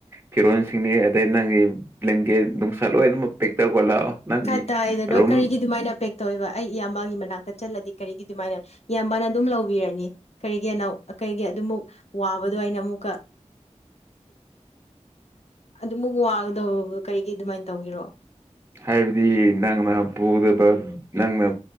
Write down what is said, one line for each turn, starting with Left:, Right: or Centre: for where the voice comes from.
Right: ꯐꯤꯔꯣꯟꯁꯤꯡꯅꯦ ꯑꯗꯩ ꯅꯪꯒꯤ ꯕ꯭ꯂꯪꯒꯦꯠ ꯅꯨꯡꯁꯥ ꯂꯣꯏꯅꯃꯛ ꯄꯦꯛ ꯇꯧꯔꯒ ꯂꯥꯛꯑꯣ ꯅꯪꯒꯤ
Left: ꯀꯗꯥꯥꯏ ꯗꯅꯣ
Right: ꯔꯨꯝ
Left: ꯀꯔꯤꯒꯤ ꯑꯗꯨꯃꯥꯏꯅ ꯄꯦꯛ ꯇꯧꯋꯦꯕ ꯑꯩ ꯏꯌꯥꯝꯕꯒꯤ ꯃꯅꯥꯛꯇ ꯆꯠꯂꯗꯤ ꯀꯔꯤꯒꯤ ꯑꯗꯨꯃꯥꯏꯅ ꯏꯌꯥꯝꯕꯅ ꯑꯗꯨꯝ ꯂꯧꯕꯤꯔꯅꯤ ꯀꯔꯤꯒꯤ ꯑꯅꯧ ꯀꯔꯤꯒꯤ ꯑꯗꯨꯃꯨꯛ ꯋꯥꯕꯗꯣ ꯑꯩꯅ ꯑꯃꯨꯛꯀ ꯑꯗꯨꯃꯨꯛ ꯋꯥꯒꯗꯧ ꯀꯔꯤꯒꯤ ꯑꯗꯨꯃꯥꯏꯟ ꯇꯧꯒꯦꯔꯣ
Right: ꯍꯥꯏꯕꯗꯤ ꯅꯪꯅ ꯄꯨꯒꯗꯕ ꯅꯪꯅ